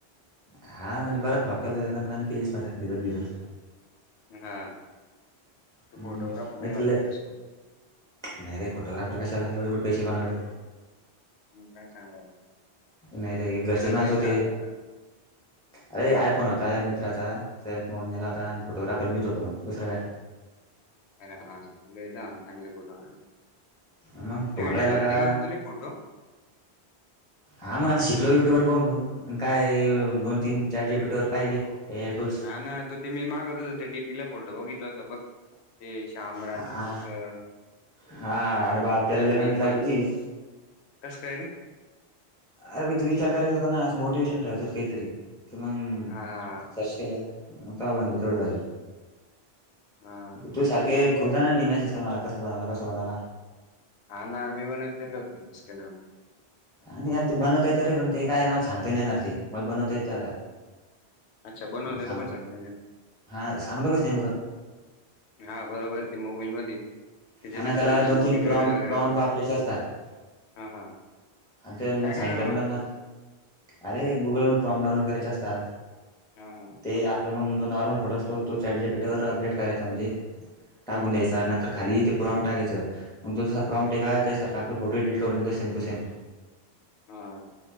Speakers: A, in the centre; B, on the left.
A: हा म्हणजे बरा फ्लॉप केलाता त्यांन. पण आम्ही केलीच मजा. भिजत भिजत.
B: हा. ते
A: हम्म
B: फोटोग्राफर नाही
A: तर
B: आला
A: लय
B: कसा.
A: नाही रे फोटोग्राफर कशाला, एवढे कुठं पैसे हे कोणाकड.
B: मगज्ञकाय चांगलं.
A: नाही रे घरचेच
B: फिरायला
A: माणसं
B: यायचं
A: होते
B: अंडाना.
A: अरे आयफोन होता मित्राचा त्यफोन नेला होता आण फोटोग्राफर मीचं होतो मग दुसरं काय.
B: अरे हा <unintelligible> का चांगले फोटो काढ
A: मग फोन
B: तू एडिट
A: राहिला
B: भारी
A: का
B: करतो रे फोटो. <inaudible>
A: हां मग आता शिकलो युटूबवर पाहूनपाहून. अन काय दोन, तीन, चाट जी पी टी, वर पाहिले हे टूल
B: हा ना. तो ते मी मागत होत. ते डीपीला फोटो बघितला होत बघ. ते श्याम राजपूत
A: हा
B: ते
A: हा अरे बाप
B: फ्लॅग
A: त्याला लय मेहनत
B: बिगमाग
A: लागली होती
B: कस कायरी.
A: अरे म तू विचार करायच होता ना. असं मोटिव्शनल ठेवायच होत काहीतरी. तर मग
B: हा हा
A: चर्च केलं मग त बधलं तेवढ भारी
B: हा
A: तू सारखे खूप जण निमेसचल मला कस बनवला कस बनवला
B: हा ना मी बणत गलोत <unintelligible>
A: आणि आत ते बनवता येत रे, रण ते काय मला सांगता नाही येणार ते, मला बनवता येते आता.
B: अच्छा. बनवता
A: मग
B: येत
A: सांगतो
B: पण सांगता नाही येत.
A: हा सांगतो कस नेमक?
B: हा बरोबरे. ते मोबाईलमध्ये त्याच्या
A: आणि
B: जे का
A: त्याला
B: फंक्शन
A: दोन तीन
B: वगैरे
A: प्रॉम
B: वेगळ वेगळ.
A: प्रॉम्प्ट वापरायचे असतात
B: हा हा.
A: आणि त्यन
B: काय
A: सांगितलं
B: काय करावं लागतं
A: मुलांना अरे गुगलवरून प्रॉम, डाउनलोड करायचे असतात.
B: हा हा
A: ते
B: अजून
A: आपलं मंग जो नॉर्मल फोटो अस तो तो चॅटजीपीटीवर अपडेट करायचा. म्हणजे टाकून
B: हम्म
A: द्यायचा. नंतर खाली प्रॉम टाकायच. मग तो जसा प्रॉम टेका. त्यासारख आपला फोटो एडीट करून देतो. Same to same.
B: हा, ह.